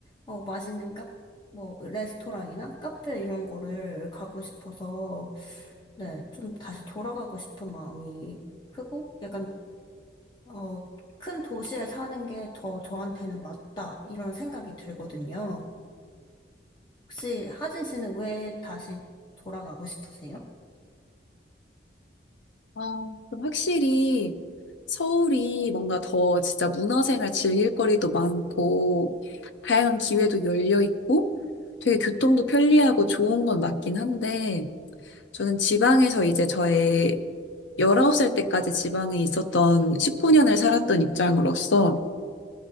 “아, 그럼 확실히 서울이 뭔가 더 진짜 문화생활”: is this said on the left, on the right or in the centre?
Left